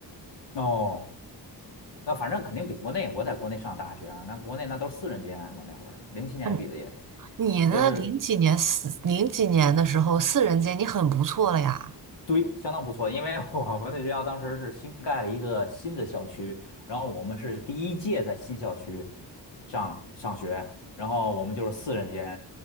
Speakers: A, on the left; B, on the right.
A: 哦，那反正肯定比国内，我在国内上大学啊，那国内那都是四人间，我那会儿零七年毕的业，
B: 嗯，你呢？
A: 都是
B: 零几年四零几年的时候，四人间你很不错了呀，
A: 对，相当不错，因为我们那学校当时是新盖了一个新的校区，然后我们是第一届在新校区上上学，然后我们就是四人间，